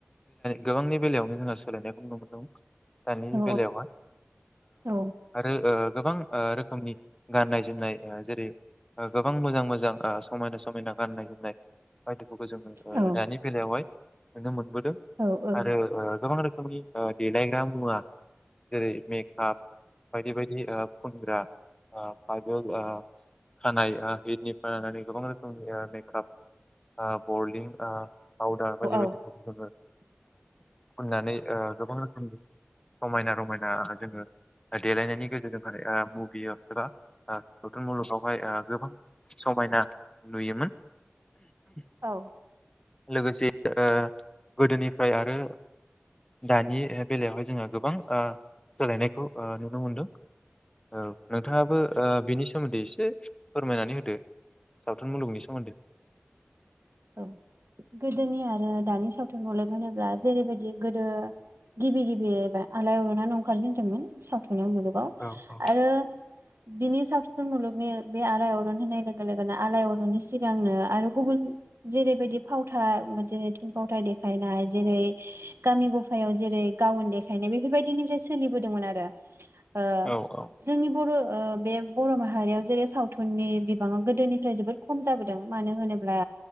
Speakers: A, on the left; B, on the right.
A: गोबांनि बेलायावनो जोंहा सोलायनायखौ नुनो मोन्दों। दानि
B: औ
A: बेलायावहाय
B: औ
A: आरो गोबां रोखोमनि गाननाय-जोमनाय ओ जेरै गोबां मोजां मोजां समायना-रमायना गाननाय-जोमनाय बायदिफोरखौ जोङो
B: औ
A: दानि बेलायावहाय नुनो मोनबो
B: औ। औ
A: आरो गोबां रोखोम नि डेलायग्रा मुवा जेरै मेकाप बायदि बायदि फुनग्रा ओ खाजोल खानाइ हिटनिफ्राय लानानै गोबां रोखोमनि मेकाप बरलिं पावदार बायदि
B: औ
A: बायदि जोङो फुननानै गोबां रोखोमनि समायना-रमायना जोङो देलायनायनि गेजेरजोंहाय मुहियो। एबा सावथुन मुलुगावहाय गोबां समायना नुयोमोन। <inaudible>
B: औ
A: लोगोसे ओ गोदोनि फ्राय आरो दानि बेलायावहाय जोङो गोबां ओ सोलायनायखौ ओ नुनो मोनदों। औ नोंथाङाबो बिनि सोमोन्दै एसे फोरमायनानै होदो। मुलुगनि सोमोन्दै।
B: औ गोदोनि आरो दानि सावथुन मुलुग होनोब्ला जेरैबायदि गोदो गिबि-गिबियै आलाय अर'ननानो ओंखारजेनदोंमोन सावथुन मुलुगाव
A: औ औ
B: आरो बिनि सावथुन मुलुगनि बे आलाय अर'न होनाय लोगो लोगोनो आलाय अर'ननि सिगांनो आरो गुबुन जेरैबायदि फावथाइ मोनसे थुनफावथाइ देखायनाय जेरै गामि गफायाव जेरै- लान्दांगान देखायनाय बेफोरबायदिनिफ्राय सोलिबोदोंमोन आरो ओ
A: औ औ
B: जोंनि बर' ओ बे बर' माहारियाव जेरै सावथुननि बिबाङा गोदोनिफ्राय जोबोद खम जाबोदों मानो होनोब्ला